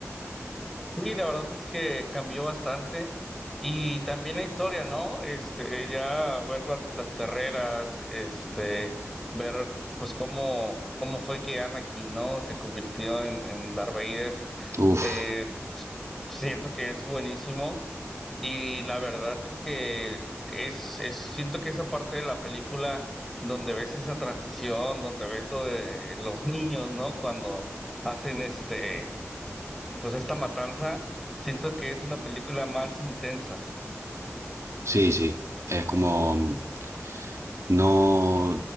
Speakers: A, in the centre; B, on the right.
A: Sí, la verdad es que cambió bastante y también la historia, ¿no? Este, ya ver las, las carreras, este, ver pues cómo, cómo fue que Anakin, ¿no? Se convirtió en, en Darth Vader.
B: Uf,
A: Eh, siento que es buenísimo y la verdad es que es, es, siento que esa parte de la película donde ves esa transición, donde ves lo de los niños, ¿no? Cuando hacen este pues esta matanza, siento que es una película más intensa.
B: sí, sí, es como... mm, no,